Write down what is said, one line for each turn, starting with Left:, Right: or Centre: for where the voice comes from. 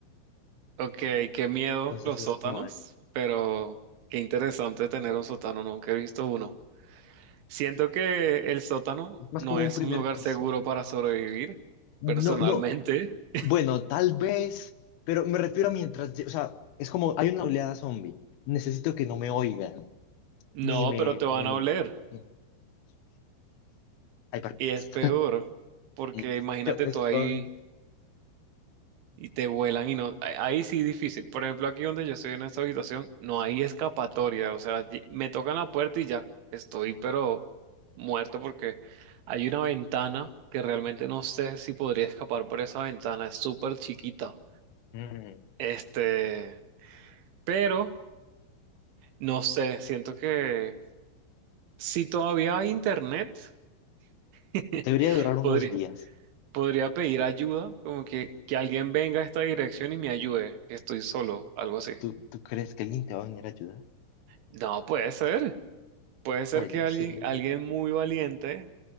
Right: ok, qué miedo
Left: Entonces
Right: los
Left: es
Right: sótanos,
Left: como de
Right: pero qué interesante tener un sótano, nunca he visto uno. Siento que el sótano
Left: Es más
Right: no
Left: como
Right: es
Left: un primer
Right: un lugar
Left: piso.
Right: seguro para sobrevivir,
Left: No,
Right: personalmente.
Left: no,
Right: <laughs>
Left: bueno, tal vez, pero me refiero a mientras, lle- o sea, es como hay una oleada zombie. Necesito que no me oigan,
Right: No,
Left: ni me...
Right: pero te van
Left: ni me-
Right: a oler
Left: ni- Hay barcas.
Right: y es peor, porque
Left: No,
Right: imagínate
Left: yo me
Right: tú
Left: escondo.
Right: ahí y te vuelan y no, ahí ahí sí difícil. Por ejemplo, aquí donde yo estoy en esta habitación, no hay escapatoria, o sea, allí- me tocan la puerta y ya, estoy pero muerto porque hay una ventana que realmente no sé si podría escapar por esa ventana, es súper chiquita.
Left: Mm,
Right: Este, pero no sé, siento que si todavía hay internet, <laughs>
Left: Debería durar unos
Right: podría,
Left: días.
Right: podría pedir ayuda, como que, que alguien venga a esta dirección y me ayude, que estoy solo, algo así.
Left: ¿Tú, tú crees que alguien te va a venir a ayudar?
Right: No puede ser. Puede ser
Left: Bueno,
Right: que alguien,
Left: sí.
Right: alguien muy valiente